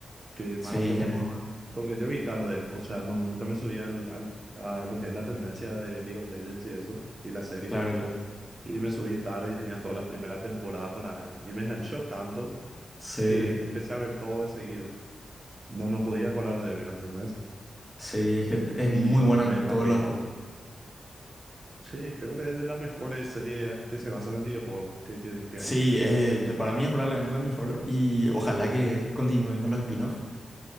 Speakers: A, on the right (about 35°); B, in the centre.
A: que maratoné,
B: Sí, es que es muy bueno.
A: porque yo vi tarde, o sea, no, nunca me subí al, al, a lo que es la tendencia de League of Legends y eso, y la serie,
B: Claro, claro.
A: y me subí tarde y tenía todas las primeras temporadas para ver, y me enganchó tanto
B: Sí,
A: que empecé a ver todo de seguido, no, no podía parar de ver, ¿entendés?
B: sí, es que es
A: Y
B: muy buena
A: me,
B: en
A: me
B: todos
A: arruinó.
B: los aspectos.
A: Sí, creo que es de las mejores series que se basan en el videojuego que, que, que
B: Sí,
A: hay.
B: eh, yo- para mí es probablemente la mejor y ojalá que continúen con los spin-offs.